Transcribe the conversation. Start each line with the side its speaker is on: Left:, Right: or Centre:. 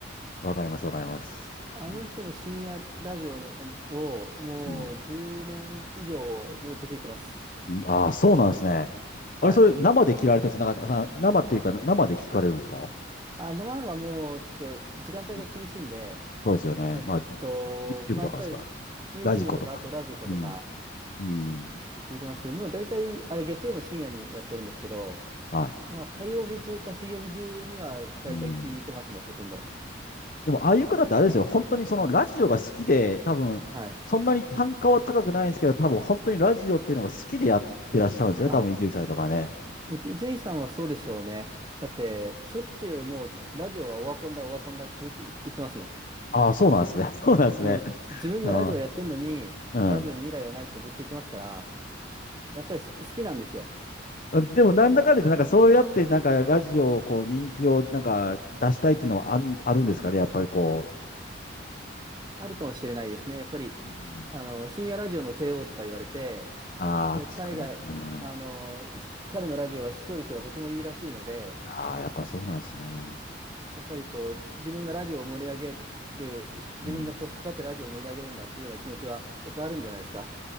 Left: あ、わかります、わかります。
Right: あの人の深夜ラジオのあのをもう10年以上ずっと聞いてます。
Left: うん。うん。うんああ、そうなんですね。
Right: はい。
Left: あれ、それ生で切られてるんですかなんかさ、生っていうか生で聞かれるんですか
Right: あ、生々もうちょっと時間帯が厳しいんで、
Left: うんそうですよね。
Right: えっと、
Left: まあ、YouTube
Right: まあ、
Left: とかですか。
Right: やっぱり YouTube
Left: ラジコとか。
Right: とかあとラジコとか
Left: うん。うん。
Right: って聞いてますけど、もう大体あれ月曜の深夜にやってるんですけど、
Left: は
Right: まあ火曜日中か水曜日中には大体聞いてますね、
Left: い。うん。
Right: ほとんど。
Left: でも、ああいう方ってあれですよ。本当にそのラジオが好きで、多分、
Right: はい。
Left: そんなに単価は高くないんですけど、多分本当にラジオっていうのが好きでやってらっしゃるんですよね。
Right: あ、あ
Left: 多分、伊集院さんとかね。
Right: ジェイさんはそうでしょうね。だってしょっちゅうもうラジオはオワコンだオワコンだってずっと言ってますも
Left: ああ、そうなんですね。<laughs> そうなんですね。
Right: ん。もう自分がラジオやってるのに、
Left: ああ、
Right: ラジオに未来はないってずっと言ってますから、
Left: う
Right: やっぱり好きなんですよ。
Left: ん。でも、なんだかんだ言って、なんかそうやって、なんかラジオをこう、人気をなんか出したいっていうのはあん、あるんですかね。やっぱりこ
Right: ああるかもしれないですね。やっぱり、
Left: う。うん、
Right: あの、深夜ラジオの帝王とか言われて、
Left: ああ、
Right: で、彼が、
Left: 確かに。うん。
Right: あの、し彼のラジオは視聴率がとてもいいらしいので、
Left: ああ、やっぱそうなんですね。
Right: やっぱりこう、自分がラジオを盛り上げる、ひ自分がこう、
Left: うん。
Right: 引っ張ってラジオを盛り上げるんだというような気持ちは、やっぱあるんじゃないですか